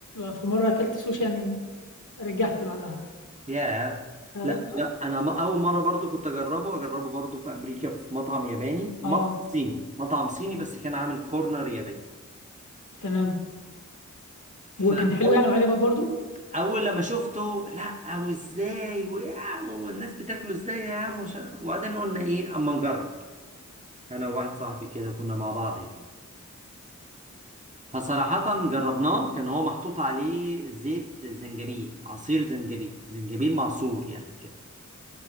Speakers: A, on the left; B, on the right.
A: في مره اكلت سوشي يعني رجعت بعدها
B: ياه
A: اه,
B: لا لا انا ما اول مره برضو كنت اجربه اجربه برضو في امريكا في مطعم ياباني مطعم
A: آه
B: صيني مطعم صيني بس كان عامل كورنر ياباني
A: تمام
B: فاول
A: وكان حلو يعني وعجبك برضو
B: لما شفته لا وازاي وإيه؟ والناس بتاكله ازاي يا عم وش- وبعدين قلنا ايه اما نجرب انا وواحد صاحبي كده كنا مع بعض يعني فصراحة جربناه كان هو محطوط عليه زيت زنجبيل عصير زنجبيل زنجبيل معصور يعني كده